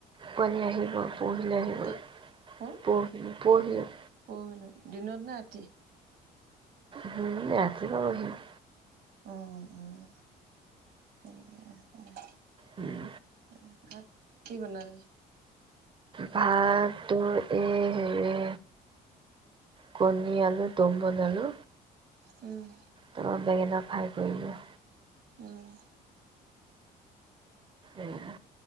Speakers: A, on the right; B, on the right.
A: পোৱালী আহিব পৰহিলে আহিব।
B: কেতিয়া হ'ল
A: পৰহি পৰহিলে।
B: পৰহিলৈ, দিনত না ৰাতি?
A: হুম, ৰাতিপোৱা আহিল।
B: অঁ- অঁ অঁ তাকে‌ গা <unintelligible>
A: উম।
B: তাকে ভাত, কি বনালি?
A: ভাত, তোৰ এ হেৰি কণী আলু দ'ম বনালো।
B: উম।
A: ত' বেঙেনা ফ্ৰাই কৰিলোঁ।
B: উম।
A: এয়া,